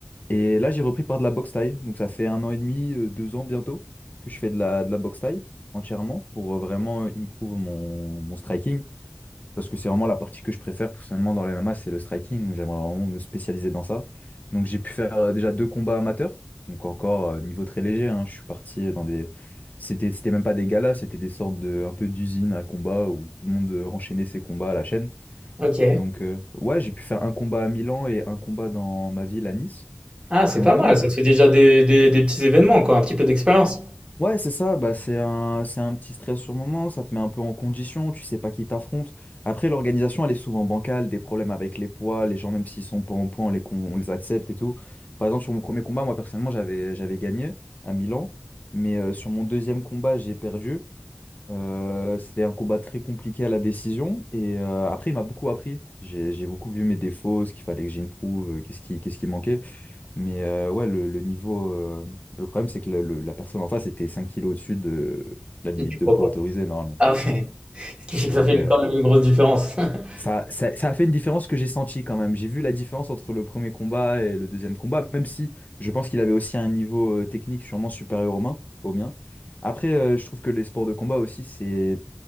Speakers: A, on the left; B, on the right.
A: Et là, j'ai repris par de la boxe thaï. Donc, ça fait un an et demi, euh, deux ans bientôt que je fais de la, de la boxe thaï entièrement pour euh, vraiment euh, improve mon, mon striking. Parce que c'est vraiment la partie que je préfère personnellement dans le MMA, c'est le striking. Donc, J'aimerais vraiment me spécialiser dans ça. Donc, j'ai pu faire euh, déjà deux combats amateurs. Donc, encore euh, niveau très léger. hein. Je suis parti dans des. C'était, c'était même pas des galas, c'était des sortes de un peu d'usines à combat où tout le monde euh, enchaînait ses combats à la chaîne.
B: Ok.
A: Donc, euh, ouais, j'ai pu faire un combat à Milan et un combat dans ma ville à Nice.
B: Ah, c'est
A: Donc
B: pas mal,
A: non,
B: ça te fait déjà des, des, des petits événements, quoi, un petit peu d'expérience.
A: Ouais, c'est ça, bah, c'est un, c'est un petit stress sur le moment, ça te met un peu en condition, tu sais pas qui t'affronte. Après, l'organisation, elle est souvent bancale, des problèmes avec les poids, les gens, même s'ils sont pas en poids, on les, con- on les accepte et tout. Par exemple, sur mon premier combat, moi, personnellement, j'avais, j'avais gagné à Milan, mais euh, sur mon deuxième combat, j'ai perdu. Euh, c'était un combat très compliqué à la décision, et euh, après, il m'a beaucoup appris. J'ai, j'ai beaucoup vu mes défauts, ce qu'il fallait que j'improve, euh, qu'est-ce qui, qu'est-ce qui manquait. Mais euh, ouais, le, le niveau. euh, le problème, c'est que le- le- la personne en face était 5 kilos au-dessus de la limite
B: Ok,
A: de
B: pourquoi
A: poids autorisée
B: quoi
A: normalement.
B: Ah ouais, <laughs> ce qui fait
A: Donc
B: que ça fait
A: euh,
B: une- quand même une grosse différence. <laughs>
A: ça, ça, ça a fait une différence que j'ai sentie quand même. J'ai vu la différence entre le premier combat et le deuxième combat, même si je pense qu'il avait aussi un niveau euh, technique sûrement supérieur au mien. Au mien. Après, euh, je trouve que les sports de combat aussi, c'est